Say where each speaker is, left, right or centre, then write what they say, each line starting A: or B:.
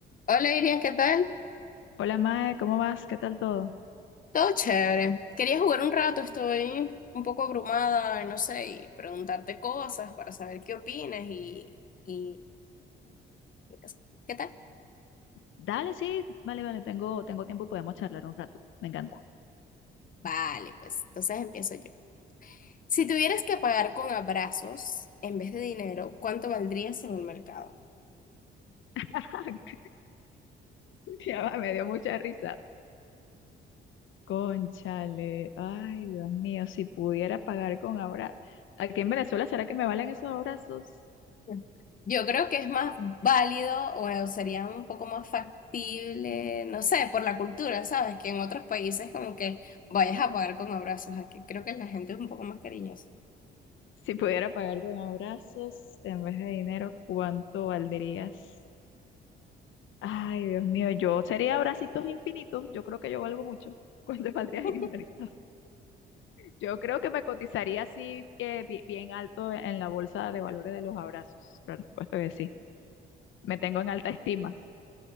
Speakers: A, on the left (about 45°); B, on the left (about 75°).
A: Hola Iria, ¿qué tal?
B: Hola Mae, ¿cómo vas? ¿Qué tal todo?
A: Todo chévere. Quería jugar un rato, estoy un poco abrumada, y no sé, y preguntarte cosas para saber qué opinas y, y, y no sé. ¿Qué tal?
B: Dale, sí, vale, vale, tengo, tengo tiempo y podemos charlar un rato. Me encanta.
A: Vale, pues entonces empiezo yo. Si tuvieras que pagar con abrazos en vez de dinero, ¿cuánto valdrías en el mercado?
B: <laughs> Ya va, me dio mucha risa. Conchale, ay Dios mío, si pudiera pagar con abrazos. Aquí en Venezuela, ¿será que me valen esos abrazos?
A: Mm. Yo creo que es más válido o sería un poco más factible, no sé, por la cultura, ¿sabes? Que en otros países como que vayas a pagar con abrazos, aquí creo que la gente es un poco más cariñosa.
B: Si pudiera pagar con abrazos en vez de dinero, ¿cuánto valdrías? Ay Dios mío, yo sería abracitos infinitos. Yo creo que yo valgo mucho. ¿Cuánto <laughs> valdrías
A: <laughs>
B: en el mercado? Yo creo que me cotizaría así eh, bi- bien alto en la bolsa de valores de los abrazos. Por supuesto que sí. Me tengo en alta estima.